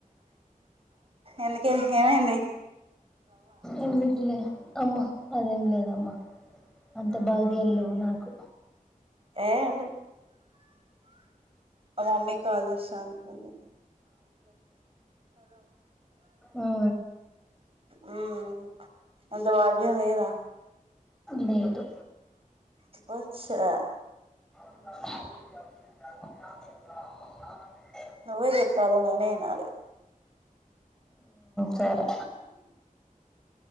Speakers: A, on the right; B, in the centre.
A: ఎందుకే ఏమడి
B: ఎడిట్లే అమ్మ అదేం లేదా అమ్మ అంత బాగా వెళ్ళవు నాకు
A: ఏ ఉంట ఆ మమ్మీ కాాలస్ అంతని
B: అ
A: మ్మ్ అంత భాగ్యం లేదా
B: లే లేదు
A: వచ్చా
B: వో
A: నువ్వే చెప్పాలనినేనాాలు
B: సరే